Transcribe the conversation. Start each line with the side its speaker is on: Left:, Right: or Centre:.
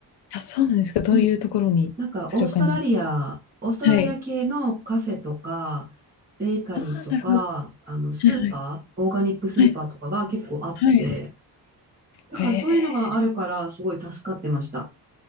Left: あ、そうなんですか。どういうところにそれを感じます
Right: うん。なんかオーストラリア、オーストラリア系のカフェとか、
Left: かはい。
Right: ベーカリーとか、
Left: ああ、なるほど。は
Right: あの、スーパー、
Left: いはい。
Right: オーガニックスーパーとかが結構あって、
Left: はい。はい。
Right: だからそういうのがあるから、
Left: へえ。
Right: すごい助かってました。